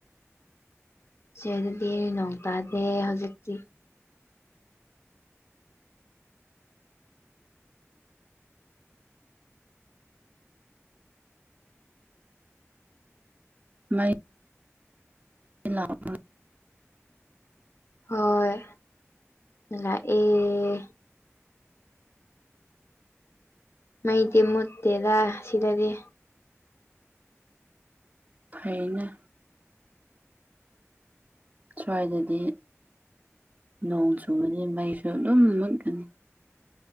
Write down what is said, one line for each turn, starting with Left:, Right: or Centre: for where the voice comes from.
Left: <unintelligible> ꯅꯣꯡ ꯇꯥꯗꯦ ꯍꯧꯖꯤꯛꯇꯤ
Right: ꯃꯩ <inaudible>
Left: ꯍꯣꯏ ꯂꯥ ꯑꯦ ꯃꯩꯗꯤ ꯃꯨꯠꯇꯦꯗ ꯁꯤꯗꯗꯤ
Right: ꯐꯩꯅ ꯁ꯭ꯋꯥꯏꯗꯗꯤ ꯅꯣꯡ ꯆꯨꯕꯅꯤ ꯃꯩꯁꯨ ꯑꯗꯨꯝ ꯃꯨꯠꯀꯅꯤ